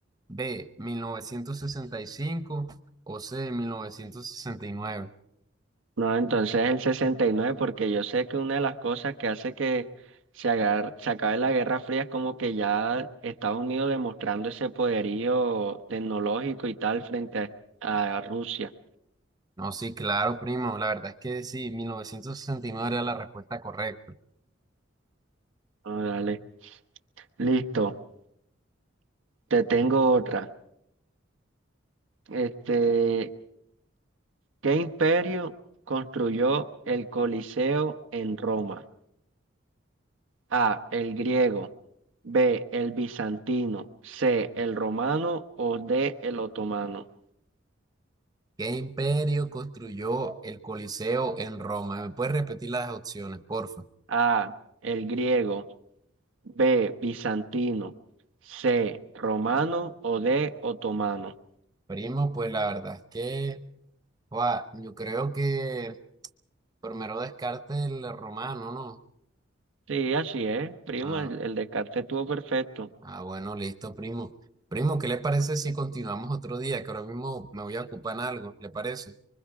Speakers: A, on the right; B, on the right.
A: B, 1965, o C, 1969.
B: No, entonces el sesenta y nueve porque yo sé que una de las cosas que hace que se, agar- se acabe la Guerra Fría es como que ya Estados Unidos demostrando ese poderío tecnológico y tal frente a, a Rusia.
A: No, sí, claro, primo, la verdad es que sí, 1969 era la respuesta correcta.
B: Ah, dale. Listo, te tengo otra. Este, ¿qué imperio construyó el Coliseo en Roma? A, el griego, B, el bizantino, C, el romano o D, el otomano.
A: ¿Qué imperio construyó el Coliseo en Roma? ¿Me puedes repetir las opciones, porfa?
B: A, el griego, B, bizantino, C, romano o D, otomano.
A: Primo, pues la verdad es que, guau, yo creo que primero descarte el romano, ¿no?
B: Sí, así es, primo,
A: Ah,
B: el, el descarte estuvo perfecto.
A: Ah, bueno, listo, primo. Primo, ¿qué le parece si continuamos otro día? Que ahora mismo me voy a ocupar en algo, ¿le parece?